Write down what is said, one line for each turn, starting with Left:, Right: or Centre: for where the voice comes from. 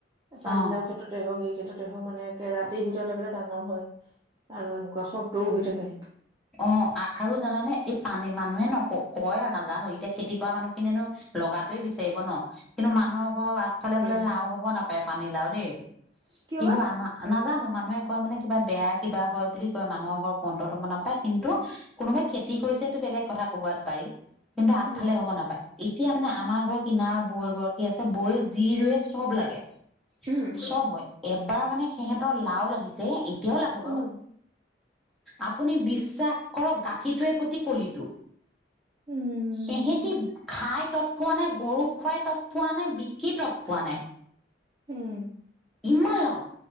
Right: পানীাও
Centre: অ
Right: ক্ষেত্ৰতে হওক স তেেততে হওক মানে ৰাতিৰ ভিতৰততে বোলে ডাঙৰ হয় আৰু এনেকুৱা শব্দও হৈ থাকে
Centre: অ আৰু জানোনে এই পানী মানুহে নক কয় আৰু নাজানো এতিয়া খেতি কৰা মানুহ খিনিয়নো লগাতোৱে বিচাৰিব ন কিন্তু মানুহক আগফালে
Right: তাকে
Centre: বোলে লাও হব নাপাৰে পানী লাও ত
Right: কিয়
Centre: কিন্তু
Right: বা
Centre: আমা নাজানো মান মানুহে কয় মানে কিবা বেয়া কিবা হয় বুলি কয় মানুহৰ ঘৰত অন্তটো মন প কিন্তু কোনোবাই খেতি কৰিছেটো বেলেগ কথা ক'বাত বাৰীত কিন্তু আগফালে
Right: উম
Centre: হ'ব নাপায় এতিয়া মানে আমাৰ ঘৰৰ কিনা বৈ গৰাকী আছে বৈে যি ৰুৱে চব লাগে।
Right: উম
Centre: চবই এবাৰ মানে সিহঁতৰ লাও লাগিছে কিয়ও লাগে বাৰু
Right: উম
Centre: আপুনি বি বিশ্বাস কৰক গাঁঠিটোৱে প্ৰতি কলিটো
Right: উম
Centre: সহেতি খাই তৎ পোৱা নাই গৰুক খোৱাই তৎপোৱা নাই বিকি তৎ পোৱা নাই
Right: উম
Centre: ইমানা লাও